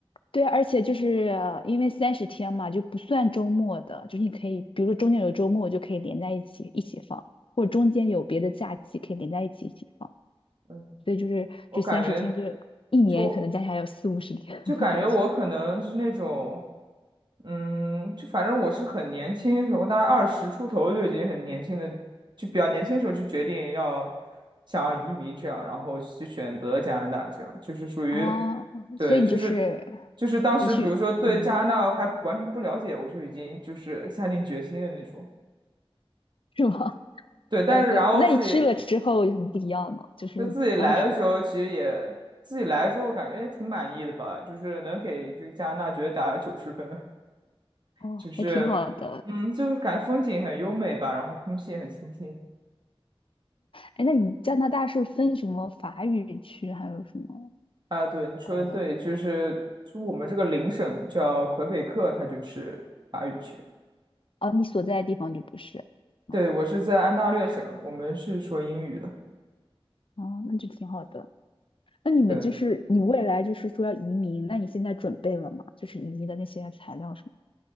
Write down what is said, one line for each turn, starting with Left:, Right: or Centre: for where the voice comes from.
Left: 对，而且就是呃因为三十天嘛，就不算周末的，就是你可以，比如说中间有周末，我就可以连在一起一起放，或者中间有别的假期可以连在一起一起放，
Right: <laughs> 嗯，
Left: 所以就是这三十天就是一年可能加起来有四五十天的感觉。
Right: 我感觉。就。就感觉我可能是那种，嗯，就反正我是很年轻的时候，大概二十出头就已经很年轻的，就比较年轻的时候就决定要想要移民这样，然后去选择加拿大这样，就是属于，
Left: 哦，
Right: 对，
Left: 所以你就是
Right: 就是就是当时比如说对加拿大还完全不了解，
Left: 你去，嗯，
Right: 我就已经就是下定决心的那种。
Left: 是吗？
Right: 对，但是然后自己
Left: 好的，那你去了之后有什么不一样呢？就是当时
Right: 就自己来的时候，其实也自己来之后感觉也挺满意的吧，就是能给这个加拿大觉得打九十分。
Left: 哦，
Right: 就是，
Left: 还挺好的。
Right: 嗯，就是感觉风景很优美吧，然后空气也很清新。
Left: 哎，那你加拿大是分什么法语区，还有什么
Right: 啊，对，你说的对，
Left: 呃，
Right: 就是就我们这个邻省叫魁北克，它就是法语区。
Left: 哦，你所在的地方就不是啊？
Right: 对，我是在安大略省，我们是说英语的。
Left: 哦，那就挺好的。那你们就是你未来就是说要移民，
Right: 对，
Left: 那你现在准备了吗？就是移民的那些材料什么？